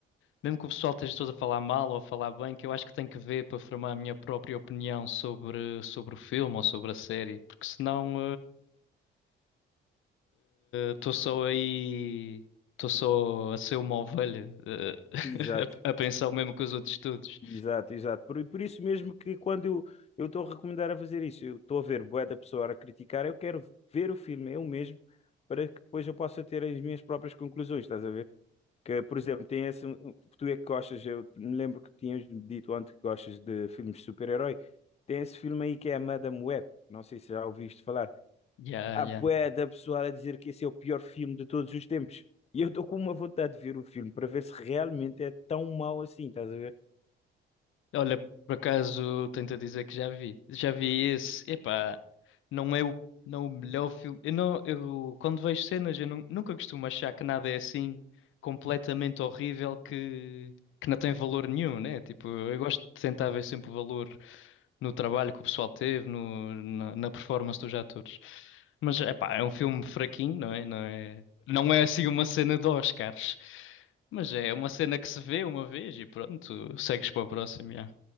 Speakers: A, on the left; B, on the left.
A: mesmo que o pessoal esteja todo a falar mal ou a falar bem, que eu acho que tenho que ver para formar a minha própria opinião sobre, sobre o filme ou sobre a série, porque senão estou só aí, estou só a ser uma ovelha, eh, <laughs>
B: Exato.
A: a, a pensar o mesmo que os outros todos.
B: Exato, exato. Por, por isso mesmo que quando eu eu estou a recomendar a fazer isso, eu estou a ver bué da pessoa a criticar, eu quero ver o filme eu mesmo para que depois eu possa ter as minhas próprias conclusões, estás a ver? Que, por exemplo, tem esse, tu é que gostas, eu me lembro que tinhas dito antes que gostas de filmes de super-herói, tem esse filme aí que é a Madame Web, não sei se já ouviste falar.
A: Yeah,
B: Há
A: yeah.
B: bué da pessoa a dizer que esse é o pior filme de todos os tempos. E eu estou com uma vontade de ver o filme para ver se realmente é tão mau assim, estás a ver?
A: Olha, por acaso tento dizer que já vi. Já vi esse. Epá, não é o, não é o melhor filme. Eu não, eu, quando vejo cenas, eu nun- nunca costumo achar que nada é assim completamente horrível que, que não tem valor nenhum, né? Tipo, eu gosto de tentar ver sempre o valor no trabalho que o pessoal teve, no, na, na performance dos atores. Mas, epá, é um filme fraquinho, não é? Não é, não é assim uma cena de Oscars. Mas é uma cena que se vê uma vez e pronto, segues para o próximo.